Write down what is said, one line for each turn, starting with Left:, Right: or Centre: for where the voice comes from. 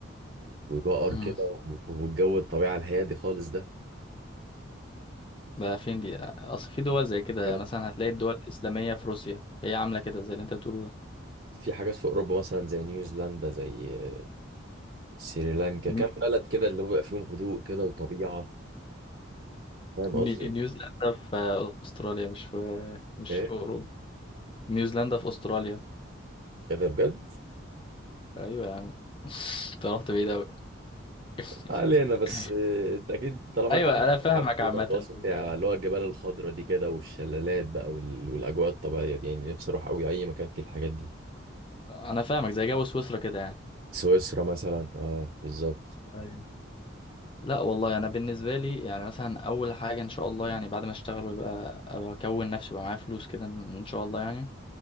Right: وبقر
Left: امم
Right: كده والجو الطبيعه الهادي خالص ده
Left: ده فين دي اصل في دول زي كده
Right: كمان
Left: مثلا هتلاقي الدول الاسلاميه في روسيا هي عامله كده زي اللي انت بتقوله ده
Right: في حاجات في اوروبا مثلا زي نيوزيلندا زي آه، سريلانكا كام
Left: ني-
Right: بلد كده اللي هو بيبقى فيهم هدوء كده وطبيعه فاهم
Left: ني-
Right: قصدي
Left: نيوزيلندا في استراليا مش في مش
Right: ايه
Left: في اوروبا نيوزيلندا في استراليا
Right: كده بجد
Left: ايوه يا عم <laughs> انت رحت بعيد قوي <laughs>
Right: علينا بس آه، انت اكيد طالما
Left: ايوه
Right: انت عارف
Left: انا فاهمك
Right: عارف
Left: عامه
Right: الوصف بتاع اللي هو الجبال الخضراء دي كده والشلالات بقى وال- والاجواء الطبيعيه دي يعني نفسي اروح قوي اي مكان فيه الحاجات دي
Left: انا فاهمك زي جو سويسرا كده يعني
Right: سويسرا مثلا اه بالظبط
Left: أيوة. لا والله انا بالنسبه لي يعني مثلا اول حاجه ان شاء الله يعني بعد ما اشتغل ويبقى أبقى اكون نفسي ويبقى معايا فلوس كده ان شاء الله يعني